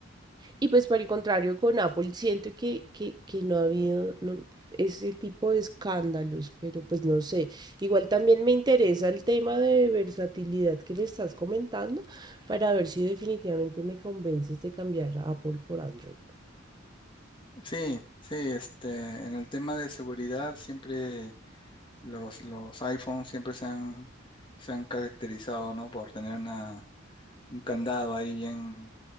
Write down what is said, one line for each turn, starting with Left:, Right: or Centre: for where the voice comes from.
Right: Y pues por el contrario, con Apple siento que, que, que no ha habido no, ese tipo de escándalos, pero pues no sé. Igual también me interesa el tema de versatilidad que me estás comentando para ver si definitivamente me convences de cambiar a Apple por Android.
Left: Sí, sí, este, en el tema de seguridad siempre los, los iPhones siempre se han, se han caracterizado, ¿no? Por tener una, un candado ahí bien,